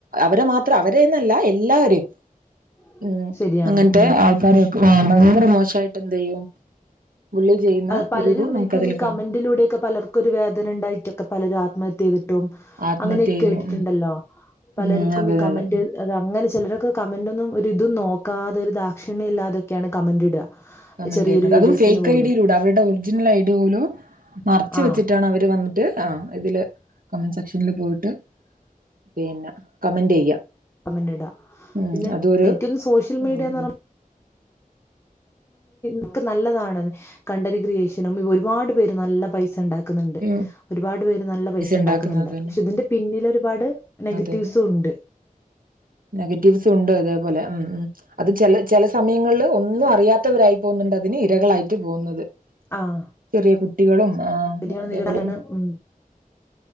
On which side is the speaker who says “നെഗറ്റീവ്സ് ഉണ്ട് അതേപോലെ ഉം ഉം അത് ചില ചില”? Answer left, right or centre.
Right